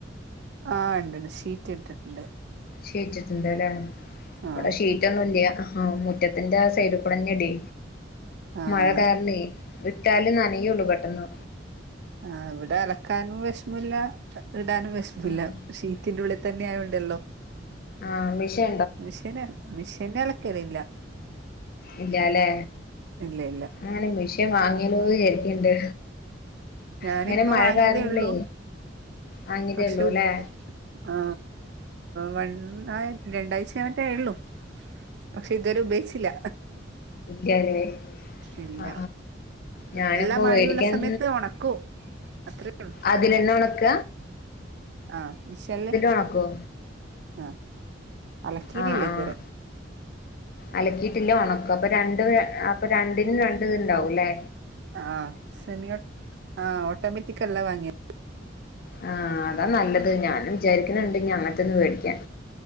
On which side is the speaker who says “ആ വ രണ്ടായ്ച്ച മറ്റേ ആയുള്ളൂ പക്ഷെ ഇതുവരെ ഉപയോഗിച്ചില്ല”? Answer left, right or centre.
Right